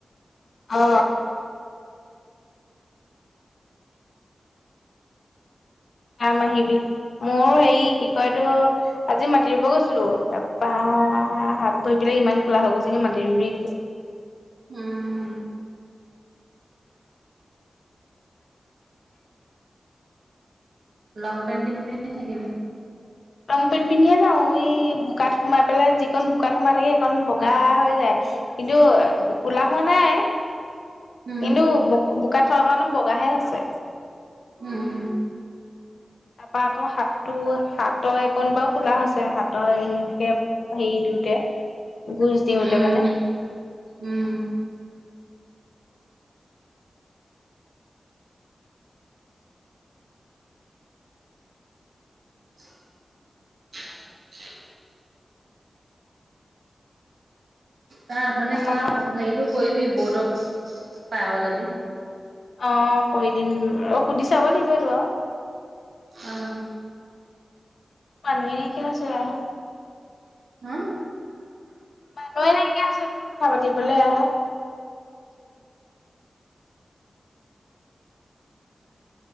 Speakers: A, on the left; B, on the right.
A: অ। যাম আহিবি মোৰ হেৰি কি কয় এইটো। আজি মাতি ৰুব গৈছিলো তাৰপা হাত ভৰি কেইটা ইমান কোলা হৈ গৈছে মাতি ৰুই।
B: উম লং পেণ্ট পিন্ধি পিন্ধি থাকিবি
A: লং পেন্ট পিন্ধিয়ে যাওঁ ই বোকাত সোমাই পেলাই যিকন বোকাত সোমাই থাকে সেইকণ বগা হৈ যায় কিন্তু কোলা হোৱা নাই
B: উম
A: কিন্তু বো বোকাত থকা কাৰণে বগাহে হৈছে
B: উম
A: তাৰপা আকৌ হাতটো হাতৰ এইকন বাও কোলা হৈছে হাত তই এনেকে হেৰি দিওঁতে গোজ দিওতে
B: উম
A: মানে
B: উম <unintelligible> তাৰ অথনি
A: আমাৰ
B: কোৱা হেৰিটো কৰিবি বৌদক পাৱ যদি
A: অ কৈ দিম অ সুধি চাব লাগিব সেইটো আও
B: অ
A: মানুহে একে হৈছে আহ।
B: হম
A: মানুহে নাইকিয়া হৈছে বোলো কথা পাতিবলে আৱ।